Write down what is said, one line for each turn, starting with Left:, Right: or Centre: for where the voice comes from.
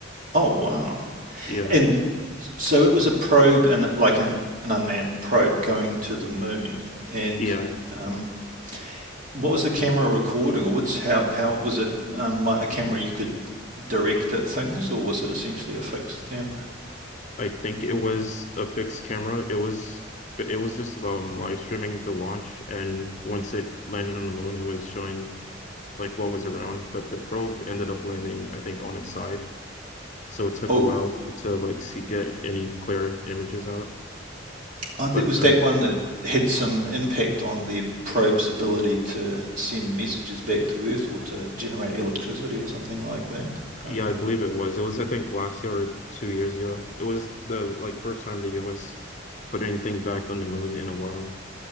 Right: oh wow!
Left: Yeah.
Right: And so it was a probe and like an, an unmanned probe going to the moon. And
Left: Yeah.
Right: um, what was the camera recording, or what's how how was it um, like, a camera you could direct at things, or was it essentially a fixed camera?
Left: I think it was a fixed camera. It was it was just um live streaming the launch, and once it landed on the moon, it was showing like what was around, but the probe ended up landing, I think, on its side. So it took
Right: Oh,
Left: a while for to like see get any clear images out.
Right: Oh, that
Left: But
Right: was
Left: I
Right: that one that had some impact on the probe's ability to send messages back to Earth or to generate electricity or something like that. I
Left: yeah,
Right: have,
Left: I believe it was. It was I think last year or two years ago. It was the like first time the US put anything back on the moon in a while.